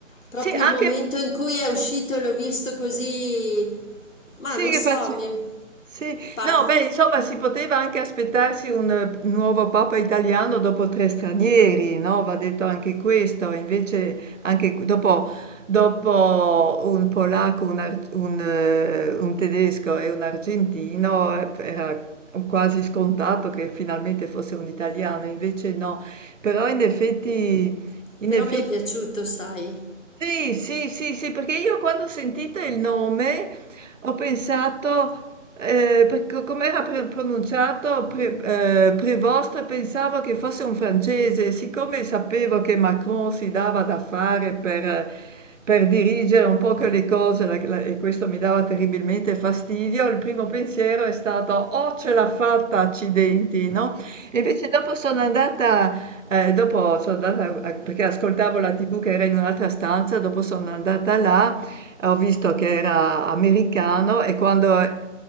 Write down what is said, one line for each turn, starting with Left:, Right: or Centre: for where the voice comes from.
Left: proprio
Right: sì, anche,
Left: il momento in cui è uscito e l'ho visto così, ma
Right: sì,
Left: non
Right: che
Left: so,
Right: face-
Left: mi
Right: Sì,
Left: par-
Right: no, beh, insomma, si poteva anche aspettarsi un eh, nuovo papa italiano dopo tre stranieri, no? Va detto anche questo, invece anche qu- dopo, dopo un polacco, un, ar- un, eh, un tedesco e un argentino eh, era quasi scontato che finalmente fosse un italiano, invece no. Però in effetti, in
Left: però
Right: effetti
Left: mi è piaciuto, sai,
Right: sì, sì, sì, sì, perché io quando ho sentito il nome ho pensato, eh, per co- come era pre- pronunciato Pre- eh, Prevost, pensavo che fosse un francese, siccome sapevo che Macron si dava da fare per, per dirigere un po' che le cose la- la- e questo mi dava terribilmente fastidio, il primo pensiero è stato, oh, ce l'ha fatta, accidenti, no? E invece dopo sono andata eh, dopo sono andata, a- perché ascoltavo la TV che era in un'altra stanza, dopo sono andata là, ho visto che era americano e quando è,